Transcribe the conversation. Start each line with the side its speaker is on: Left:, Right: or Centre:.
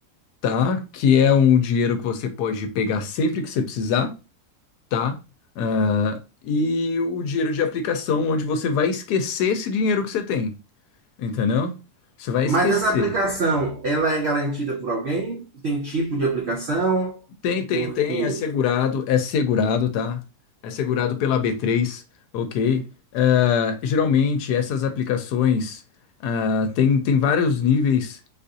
Left: tá? Que é um dinheiro que você pode pegar sempre que você precisar. tá? Ah, e o dinheiro de aplicação, onde você vai esquecer esse dinheiro que você tem, entendeu? Você vai
Right: Mas
Left: esquecer.
Right: essa aplicação, ela é garantida por alguém? Tem tipo de aplicação?
Left: Tem, tem,
Right: Porque.
Left: tem, é segurado, é segurado, tá? É segurado pela b três ok? Ah, geralmente, essas aplicações ah, tem, tem vários níveis,